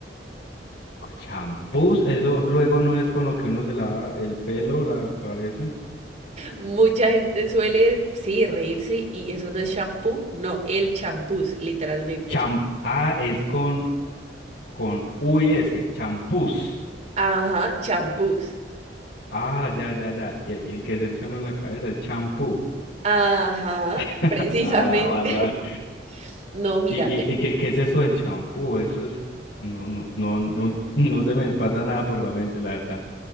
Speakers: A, on the left; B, on the right.
A: Con champús, eso luego no es con lo que uno se lava el pelo, la cabeza.
B: Mucha gente suele, sí, reírse y eso no es champú, no, el champús, literalmente.
A: Cham, ah, es con, con US, champús.
B: Ajá, champús.
A: Ah, ya, ya, ya. Y, y el que se echa uno en la cabeza es champú.
B: Ajá,
A: <laughs>
B: precisamente.
A: Ah, vale, vale.
B: <laughs> No, mira,
A: ¿Y, y,
B: el-
A: y qué, qué es esto del champú? Eso es, no, no, no, no, <laughs> no se me pasa nada por la mente, la verdad.